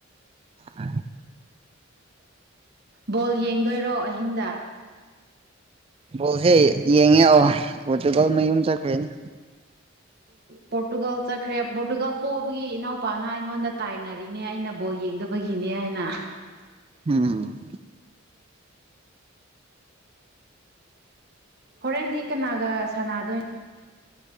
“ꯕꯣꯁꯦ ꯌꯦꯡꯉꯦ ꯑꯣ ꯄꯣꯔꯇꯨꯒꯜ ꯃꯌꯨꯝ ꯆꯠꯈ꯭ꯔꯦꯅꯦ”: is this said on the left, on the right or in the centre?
Right